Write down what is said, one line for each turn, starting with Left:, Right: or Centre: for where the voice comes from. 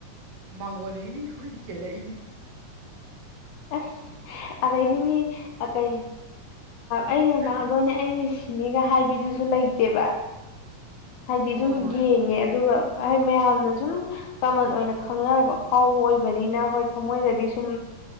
Right: ꯃꯥꯡꯒꯣꯟꯗꯒꯤ ꯍꯣꯏꯗꯤ ꯀꯦꯜꯂꯛꯏꯅꯤ
Left: ꯑꯁ ꯑꯗꯩꯗꯤ ꯃꯤ ꯑ ꯀꯩ ꯑꯩ ꯔꯣꯅꯥꯜꯗꯣꯅꯦ
Right: ꯍꯥꯏꯔꯛꯑꯣ
Left: ꯑꯩ ꯃꯤꯁ ꯅꯤꯒ ꯍꯥꯏꯕꯤꯗꯨꯁꯨ ꯂꯩꯇꯦꯕ ꯍꯥꯏꯗꯤ
Right: ꯍꯣꯏ
Left: ꯁꯨꯝ ꯌꯦꯡꯉꯦ ꯑꯗꯨꯒ ꯀꯃꯥꯏꯍꯥꯏ ꯃꯌꯥꯝꯅ ꯁꯨꯝ ꯀꯃꯟ ꯑꯣꯏꯅ ꯈꯪꯅꯔꯕ ꯑ ꯐꯥꯎꯕ ꯑꯣꯏꯕꯅꯤꯅ ꯍꯣꯏ ꯊꯃꯣꯏꯗꯗꯤ ꯁꯨꯝ